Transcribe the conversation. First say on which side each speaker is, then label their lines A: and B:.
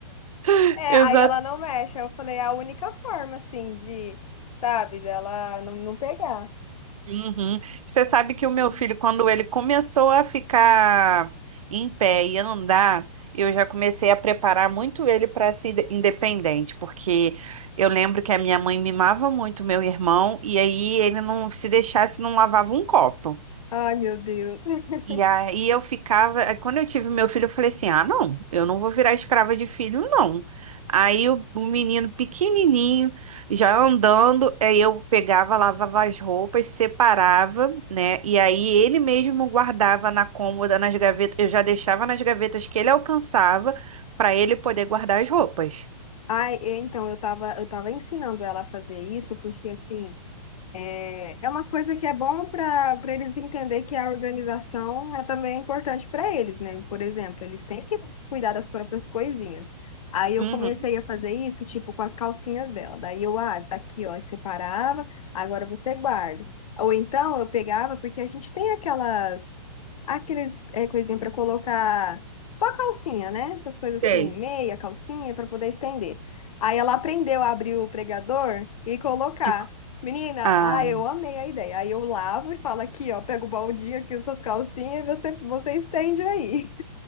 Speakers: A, on the right (about 80°); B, on the left (about 85°).
A: <laughs>
B: É,
A: exatamente.
B: aí ela não mexe. Aí eu falei, é a única forma, assim, de, sabe, dela não, não pegar.
A: Uhum. Você
B: Postinho.
A: sabe que o meu filho, quando ele começou a ficar em pé e andar, eu já comecei a preparar muito ele para ser independente, porque eu lembro que a minha mãe mimava muito meu irmão, e aí ele não se deixasse, não lavava um copo.
B: Ai, meu Deus. <laughs>
A: E aí eu ficava, aí quando eu tive meu filho, eu falei assim: "Ah, não, eu não vou virar escrava de filho, não". Aí o, o menino pequenininho, já andando, aí eu pegava, lavava as roupas, separava, né? E aí ele mesmo guardava na cômoda, nas gavetas, eu já deixava nas gavetas que ele alcançava para ele poder guardar as roupas.
B: Ai, é, então, eu tava, eu tava ensinando ela a fazer isso, porque assim. É, é uma coisa que é bom para para eles entender que a organização é também importante para eles, né? Por exemplo, eles têm que cuidar das próprias coisinhas. Aí eu
A: Uhum.
B: comecei a fazer isso, tipo, com as calcinhas dela. Daí eu, ah, tá aqui, ó, eu separava, agora você guarda. Ou então eu pegava, porque a gente tem aquelas, aqueles, é, coisinha para colocar só calcinha, né? Essas coisas
A: Sei.
B: assim, meia calcinha para poder estender. Aí ela aprendeu a abrir o pregador e colocar.
A: E-
B: Menina,
A: Ah.
B: ah, eu amei a ideia. Aí eu lavo e falo aqui, ó, pega o baldinho aqui, suas calcinhas, e você, você estende aí.